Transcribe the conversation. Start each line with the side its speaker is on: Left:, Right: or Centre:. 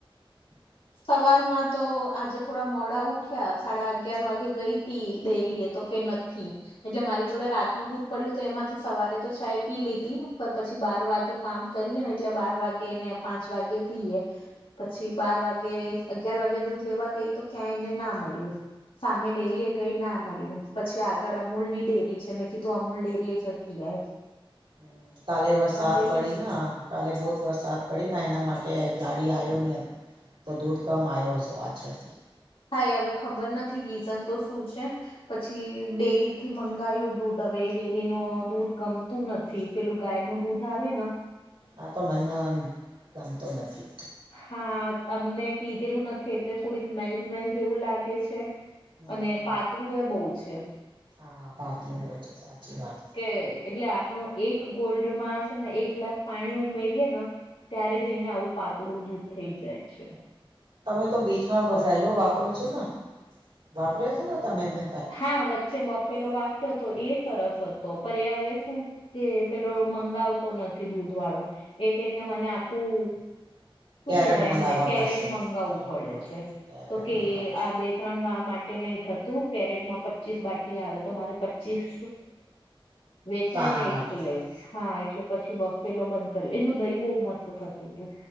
Right: <inaudible>
Left: સવારમાં તો આજે થોડા મોડા ઉઠ્યા, સાડા અગયાર વાગે ગઈતી ડેરીએ તો. કે નથી. એટલે મારી જોડે રાતનું દૂધ પડ્યું તુ, એમાંથી સવારે તો ચાય પી લીધી, પણ પછી બાર વાગે કામ કરીએ ને એટલે બાર વાગે, ને પાંચ વાગે પીએ. પી બાર વાગે, અગિયાર વાગે દૂધ લેવા ગઈ, તો ક્યાં એને ના મળ્યું. સામે ડેરીએ ગઈ ના મળ્યું, પછી આગળ અમૂલ ની ડેરી છે, મેં કીધું અમૂલ ડેરીએ જતી યાય.
Right: હમ્મ, કાલે વરસાદ
Left: ગઈ
Right: પડીના, કાલે બહુત વરસાદ પડીને એના માટે ગાડી આવ્યો નહી, તો દૂધ કમ આવ્યો હશે પાછળથી.
Left: કાય હવે ખબર નથી રીઝન તો શું છે, પછી ડેરી થી મંગાયું દૂધ, હવે ડેરી ન દૂધ ગમતું નથી, પેલું ગાય નું દૂધ આવેને.
Right: આતો મને એમ ગમતું નથી.
Left: હા અમને પીધેલું નથી, એટલે થોડી સ્મેલ સ્મેલ જેવું લાગે છે.
Right: હમ
Left: અને પાતળું એ બહુ છે.
Right: હા, પતાડું બો છેે, સાચી વાત છે.
Left: એ એટલે આ થોડો એક ગોલ્ડમાં છે ને એક ગ્લાસ પાણી ઉમેરીએેને. ત્યારે જઈને આવું પાતળું દૂધ થઈ જાય છે.
Right: તમે તો બીચમાં બફેલો વાપરો છો ને, વાપર્યો તો ને તમે ભે
Left: હા વચ્ચે બફેલો વાપર્યો હતો, એ સરસ હતો, પણ એ હવે શું કે પેલો મંગાવતો નથી દૂધ વાળો, એ કે કે મને આખું
Right: <inaudible>
Left: શું કેવાય
Right: મંગાવવા
Left: એમને કેરેટ
Right: પડશે
Left: મંગાવવું
Right: હા
Left: પડે
Right: હા
Left: છે,
Right: કેરેટ
Left: તો કે
Right: મંગાવો
Left: આ બે ત્રણ વા માટે નહી થતું. કેરેટ માં પચીસ બાટલી આવે, તો મારે પચીસ વેચાય
Right: સાના
Left: ને
Right: માટે
Left: એટલે,
Right: લાવ
Left: હા એટલે પછી બ ફેલો બંધ કર્યો, એનું દહી બહુ મસ્ત થતું હતું,